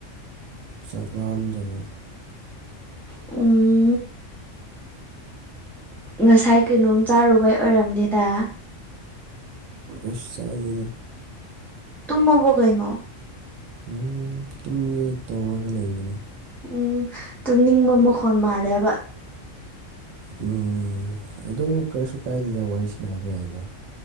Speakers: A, on the right; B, in the centre.
A: ꯆꯥꯛ ꯂꯥꯝꯗꯕ
B: ꯎꯝ ꯉꯁꯥꯏ ꯀꯩꯅꯣꯝ ꯆꯥꯔꯨꯕꯩ ꯑꯣꯏꯔꯝꯅꯤꯗ
A: ꯏꯁ ꯆꯥꯗꯦꯗ
B: ꯇꯃꯕꫭꯀꯩꯅꯣ
A: ꯎꯝ ꯇꯨꯝꯒꯦ ꯇꯧꯔꯒ ꯂꯩꯕꯅꯤ
B: ꯎꯝ ꯇꯨꯝꯅꯤꯡꯕ ꯃꯈꯣꯟ ꯃꯥꯜꯂꯦꯕ
A: ꯎꯝ ꯑꯗꯨ ꯀꯔꯤꯁꯨ ꯀꯥꯏꯗꯦꯗ ꯋꯥꯔꯤꯁꯤ ꯕ ꯌꯥꯏꯗ